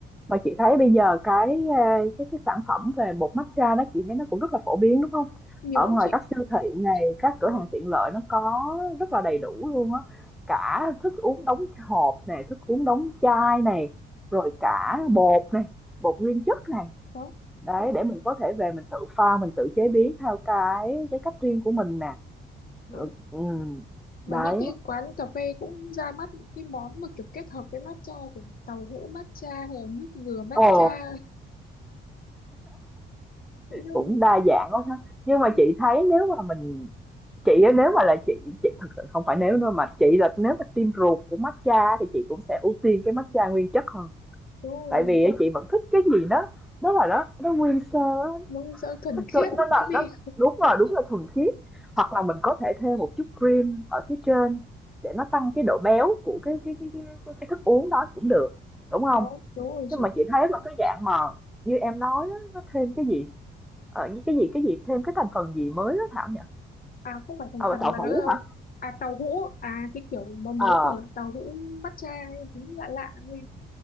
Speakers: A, in the centre; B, on the left.
A: Mà chị thấy bây giờ cái, a, cái cái sản phẩm về bột matcha đó chị thấy nó cũng rất là phổ biến, đúng không?
B: nhiều
A: Ở
B: lắm
A: ngoài
B: chị
A: các siêu thị này, các cửa
B: Ừ,
A: hàng tiện lợi nó có rất là đầy đủ luôn á, cả thức uống đóng hộp này, thức uống đóng chai này, rồi cả bột này, bột nguyên chất này,
B: ừ,
A: đấy, để mình có thể về mình tự pha, mình tự chế biến theo cái cái cách riêng của mình nè, rồi
B: đó
A: ừm,
B: mà
A: đấy.
B: những cái quán cà phê cũng ra mắt những cái món mà kiểu kết hợp với matcha kiểu tàu hũ matcha hay là nước dừa matcha
A: Ồ,
B: đúng rồi,
A: cũng đa dạng quá ha. Nhưng
B: đúng
A: mà chị thấy nếu mà mình Chị á, nếu mà là chị chị thực sự không phải nếu đâu mà chị là nếu mà team ruột của matcha á, thì chị cũng sẽ ưu tiên cái matcha nguyên chất hơn
B: rồi.
A: tại vì á, chị vẫn thích cái gì đó đó là nó nó nguyên sơ á,
B: nó sẽ thuần
A: nó
B: khiết
A: cơ- nó
B: cái
A: là
B: vị
A: nó đúng rồi đúng là thuần khiết hoặc là mình có thể thêm một chút cream ở phía trên để nó tăng cái độ béo của cái cái cái cái, cái, cái thức uống đó cũng được đúng không
B: có đúng rồi chị
A: nhưng mà chị thấy là cái dạng mà như em nói á, nó thêm cái gì ờ, như cái gì cái gì thêm cái thành phần gì mới đó Thảo nhỉ
B: à không phải thành
A: ờ
B: phần
A: tàu
B: mà
A: hũ
B: nó là
A: hả
B: à tàu hũ à cái kiểu mà mới
A: ờ
B: của tàu hũ matcha ấy, đúng lạ lạ nghe